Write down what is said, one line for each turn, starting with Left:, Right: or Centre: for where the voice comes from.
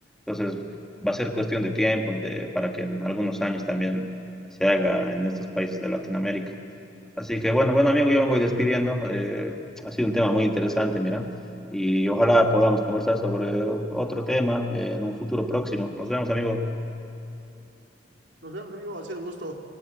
Centre: Entonces, va a ser cuestión de tiempo de, para que en algunos años también se haga en estos países de Latinoamérica. Así que, bueno, bueno, amigo, yo me voy despidiendo. Eh, ha sido un tema muy interesante, mira. Y ojalá podamos conversar sobre otro tema, eh, en un futuro próximo. Nos vemos, amigo.
Right: Nos vemos, amigo, ha sido un gusto.